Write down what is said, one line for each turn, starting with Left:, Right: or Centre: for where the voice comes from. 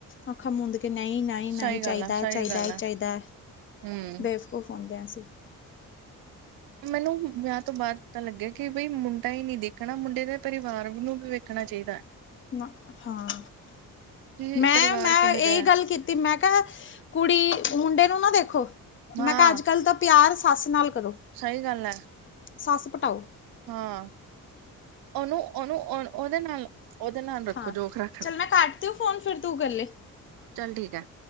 Left: ਆਖਾ ਮੁੂੰਦ ਕੇ ਨਹੀਂ ਨਹੀਂ ਨਹੀਂ
Right: ਸਹੀ
Left: ਚਾਹੀਦਾ
Right: ਗੱਲ ਆ,
Left: ਹੈ
Right: ਸਹੀ
Left: ਚਾਹੀਦਾ
Right: ਗੱਲ
Left: ਹੈ
Right: ਆ
Left: ਚਾਹੀਦਾ ਹੈ
Right: ਹੂੰ।
Left: ਬੇਵ ਉਹ ਫਉਂਦੇ ਹਾ ਅਸੀਂ।
Right: ਮੈਨੂੰ ਵਿਆਹ ਤੋਂ ਬਾਅਦ ਪਤਾ ਲੱਗਿਆ, ਕਿ ਬਈ ਮੁੰਡਾ ਹੀ ਨਹੀਂ ਦੇਖਣਾ, ਮੁੰਡੇ ਦੇ ਪਰਿਵਾਰ ਨੂੰ? ਵੀ ਵੇਖਣਾ ਚਾਹੀਦਾ।
Left: ਨਾ ਹਾਂ,
Right: ਕਿ
Left: ਮੈਂਮ
Right: ਪਰਿਵਾਰ
Left: ਮੈਂ
Right: ਕਿਹੋ
Left: ਇਹੀ
Right: ਜਿਹਾ ਹੈ
Left: ਗੱਲ ਕੀਤੀ। ਤੇ ਮੈਂ ਕਿਹਾ ਕੁੜੀ, ਮੁੰਡੇ ਨੂੰ ਨਾ ਦੇਖੋ, ਮੈਂ
Right: ਹਾਂ
Left: ਕਿਹਾ ਅੱਜ ਕੱਲ ਤਾਂ। ਪਿਆਰ ਸੱਸ ਨਾਲ ਕਰੋ?
Right: ਸਹੀ ਗੱਲ ਹੈ।
Left: ਸੱਸ ਪਟਾਓ।
Right: ਹਾਂ, ਉਹਨੂੰ- ਉਹਨੂੰ ਉਹ ਉਹਦੇ ਨਾਲ? ਉਹਦੇ ਨਾਲ ਰੱਖੋ,
Left: ਹਾਂ
Right: ਜੋ ਰੱਖਣਾ
Left: ਚੱਲ ਮੈਂ ਕੱਟਦੀ ਹੂੰ ਫੋਨ ਫਿਰ ਤੂੰ ਕਰ ਲੈ
Right: ਚੱਲ ਠੀਕ ਹੈ।